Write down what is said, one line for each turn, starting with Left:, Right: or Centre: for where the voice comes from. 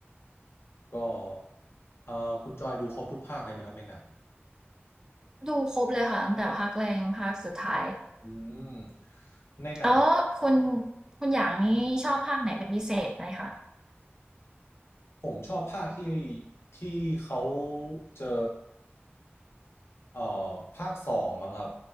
Left: ก็เอ่อคุณจอยดูครบทุกภาคเลยไหมครับในหนัง
Right: ดูครบเลยค่ะตั้งแต่ภาคแรกจนภาคสุดท้าย
Left: อืมในหนัง
Right: แล้วคุณคุณอย่างนี้ชอบภาคไหนเป็นพิเศษไหมคะ
Left: ผมชอบภาคที่ที่เขาเจอเอ่อภาคสองมั้งครับ